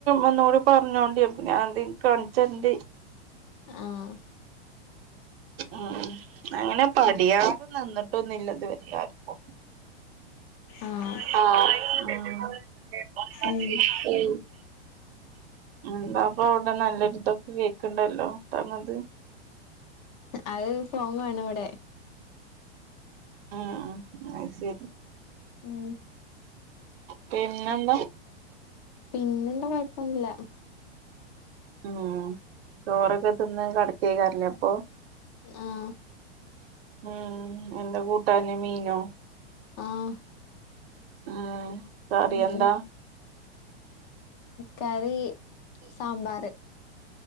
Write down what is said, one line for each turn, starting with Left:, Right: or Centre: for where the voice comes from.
Right: ഒന്നൂടി പറഞ്ഞോണ്ടി അപ്പഞ്ഞാനെന്തേലും കാണിച്ചേരണ്ട്.
Left: ആഹ്
Right: മ് അങ്ങനെ പഠിയാതെ
Left: ഉം
Right: ന്ന്ന്ട്ടൊന്നുല്ലത് വെ <unintelligible> രെ ആര്ക്കും
Left: ആഹ്
Right: ആഹ് ആഹ് മ് ആഹ്
Left: ഉം
Right: ന്താപ്പൊ ത്താ നല്ലൊര്തൊക്കെ കേക്ക്ണ്ടല്ലോ ത്താണത്
Left: അത് ഫോം കാണാവടെ
Right: ആഹ് അയ്ശെരി
Left: ഉം
Right: പിന്നെന്താ
Left: പിന്നെന്താ കൊയപ്പൊന്നുല്ല
Right: മ് ചോറൊക്കെ ത്ന്ന് കടക്കേയ്ക്കാരെല്ലപ്പൊ
Left: ആഹ്
Right: മ് എന്താ കൂട്ടാന് മീനോ
Left: ആഹ്
Right: മ് കറി
Left: ഉം
Right: എന്താ
Left: കറി സാമ്പാറ്